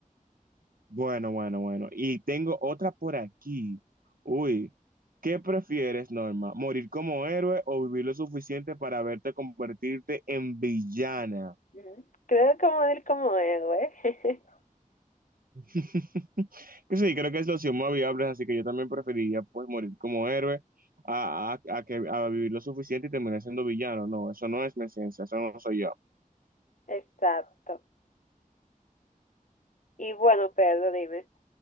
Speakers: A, on the right; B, on the left.
A: Bueno, bueno, bueno. Y tengo otra por aquí. Uy, ¿qué prefieres, Norma? ¿Morir como héroe o vivir lo suficiente para verte convertirte en villana?
B: Ujú. Creo que morir como héroe. <laughs>
A: <laughs> Que sí, creo que es la opción más viable, así que yo también preferiría pues morir como héroe a, a- a que, a vivir lo suficiente y terminar siendo villano. No, eso no es mi esencia, eso no soy yo.
B: Exacto. Y bueno, Pedro, dime.